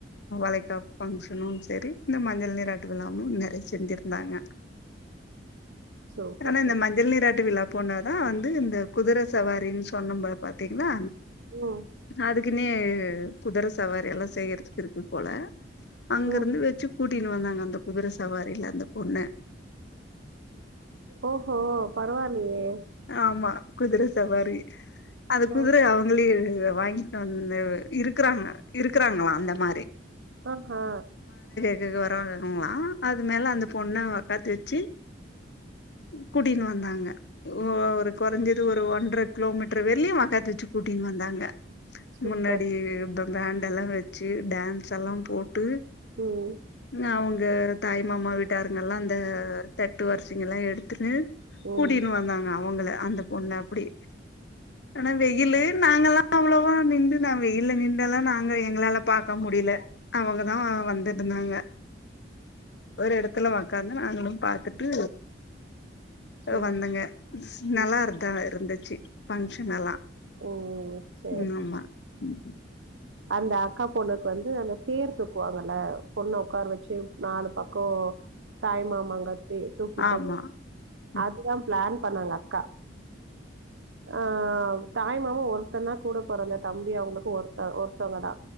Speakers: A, on the left; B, on the right.
A: வளைக்காப் ஃபங்ஷ னும் செரி இந்த மஞ்சள் நீராட்டு விழாவும் நெறையா செஞ்சிருந்தாங்க
B: சூப்பர்
A: ஆனா
B: சூப்
A: இந்த மஞ்சள் நீராட்டு விழா பொண்ணதா வந்து இந்த குதிரை சவாரின்னு சொன்னம்ப பாத்தீங்களா
B: ம்
A: அதுக்குன்னே குதிர சவாரி எல்லாம் செய்யறதுக்கு இருக்கு போல அங்க
B: ம்
A: இருந்து வச்சி கூட் டின்னு வந்தாங்க அந்த குதிர சவாரில அந்த பொண்ண
B: ஓஹோ பரவால்லியே
A: ஆமா குதிர சவாரி அது குதிரயே
B: ஆ
A: அவுங்களே இத வாங்கிட்டு வந்து இருக்கறாங்க இருக்கறாங்களா அந்த மாரி
B: ஆஹா
A: <unintelligible> அது மேல
B: ஆ
A: அந்த பொண்ணா பாத்து வெச்சு கூட்டினு வந்தாங்க ஒரு கொறஞ்சது ஒரு ஒன்ற கிலோமீட்டர் <unintelligible> வெச்சு கூட்டின் வந்தாங்க
B: சூப்பர்.
A: முன்னாடியே பேண்டெல்லா வெச்சு டேன்ஸ் எல்லாம் போ ட்டு
B: ம்.
A: நியாவுங் இந்த தாய் மாமா வீட்டாருங்க எல்லா அந்த தட்டு வரிசைங்க எல்லா எடுத்துன்னு
B: ம்.
A: கூட்டிட் ன்னாங்க அவுங்கள அந்த பொண்ணு அப்புடி ஆனா வெயிலு நாங்கல்லா அவ்வளோவா நின்டுதா வெயில்ல நின்டெல்லா நாங்க எங்களால பாக்க முடில அவங்கதா வந்துட்ருந்தாங்க ஒரு எடத்துல உக்காந்து நாங்களும் பாத்துட்டு
B: சூப்
A: வந்தங்க நல்லா
B: ம்.
A: இருக்காங்க இருந்துச் ச்சு பன்க்ஷன் எல்லா
B: ஓ சேர்
A: ம் ஆமா ம்
B: அந்த அக்கா பொண்ணுக்கு வந்து அந்த தேர் தூக்குவாங்கல்ல பொண்ணு உக்கார வெச்சு நாலு பக்கோ தாய் மாமாங்கத் தூ தூக்கிட்டு
A: ஆமா ம்
B: அதுதாம் பிளேன் பண்ணாங்க அக்கா ஆம் தாய்மா ஒருத்தன்னா கூட பொறந்த தம்பி அவங்களுக்கு ஒருத்த ஒருத்தவங்கதா